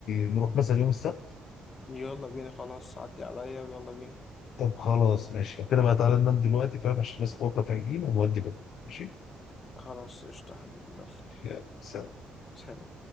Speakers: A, on the left; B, on the left.
A: نروح مثلا يوم السبت
B: يلا بينا خلاص عدي عليا ويلا بينا
A: طب خلاص ماشي لو كده بقى تعالى ننام دلوقتي فاهم عشان نصحى بكره فايقين ونودي بكره ماشي
B: خلاص قشطه حبيبي يلا
A: يلا سلام
B: سلام